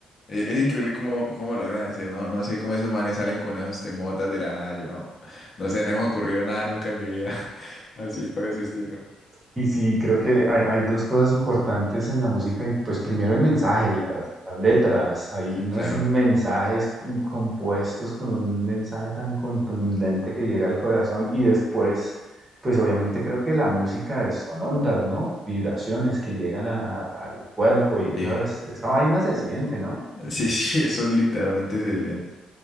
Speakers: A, on the left; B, on the right.
A: E- Es, increíble cómo, cómo logran decir, no, no sé cómo esos manes salen con esos temotas de la nada, yo no, no sé, no me ha ocurrido nada nunca en mi vida, <laughs> así por ese estilo.
B: Y sí, creo que hay, hay dos cosas importantes en la música y pues primero el mensaje, las, las letras, hay
A: Sí,
B: unos
A: claro.
B: mensajes com- compuestos con un mensaje tan contundente que llega al corazón y después, pues obviamente creo que la música es- son ondas, ¿no? Vibraciones que llegan a- a- al cuerpo y esas,
A: Sí,
B: esa vaina se siente, ¿no?
A: sí, <laughs> sí, eso literalmente se siente.